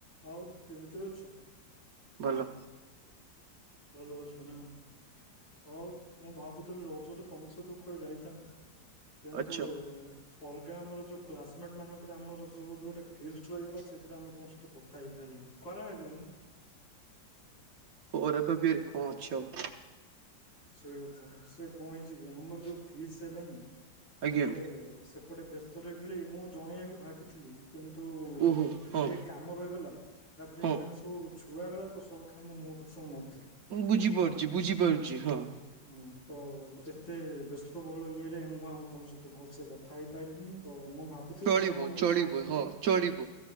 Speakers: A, on the left (about 80°); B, on the right (about 60°).
A: ହଉ କେମିତି ଅଛୁ?
B: ଭଲ।
A: ଭଲ ଅଛୁ ନା ହଉ। ମୁଁ ଭାବୁଥିଲି ରଜରେ ତମସହିତ କୁଆଡ଼େ ଯାଇଥାଆନ୍ତି କିନ୍ତୁ-ଉ-ଉ-ଉ
B: ଅଛ
A: ଅଲଗା ଆମର ଯୋଉ କ୍ଲାସମେଟ ମାନଙ୍କର ଆମର ଯୋଉ ଗୋଟେ ଫିସ୍ଟ ରହିଗଲା ସେଥିରେ ଆମେ ତ ତ କଥା ହେଇପାଇଲୁନୁ ଖରାପ ଭାବିବନି।
B: ପରେ ତ ତିଆରି କଣ ଅଛି ଆଉ।
A: ସେଇ କଥା ସେ କଁ ହେଇଛି କି ଆମର ଯୋଉ ଫିସ୍ ହେଲାନି
B: ଆଜ୍ଞା
A: ଟିକେ-ଏ-ଏ ସେପଟେ ବ୍ୟସ୍ତ ରହିଗଲି ମୁଁ ଜଣେଇବାକୁ ଭାବିଥିଲି କିନ୍ତୁ-ଉ-ଉ-ଉ
B: ଓହୋ
A: ଏତେ
B: ହଁ
A: କାମ ରହିଗଲା। ତାପରେ
B: ହଁ
A: ଏମାନେ ସବୁ ଛୁଆଗରା ତ ସବୁକାମ ମୋ ଉପରେ ସବୁ ଲଦି ଦେଲେ।
B: ବୁଝିପାରୁଛି ବୁଝିପାରୁଛି ହଁ।
A: ହଁ ତ ଏତେ ବ୍ୟସ୍ତବହୁଳ ଇଏରେ ମୁଁ ଆଉ ତମ ସହିତ ଭଲସେ କଥା ହେଇପାରିଲିନି ତ ମୁଁ ଭାବ ଦେଖିଲୁ
B: ଚଳିବ
A: ତମ ମନ
B: ଚଳିବ
A: ଦୁଃଖ କରୁଥିବ।
B: ହଁ ଚଳିବ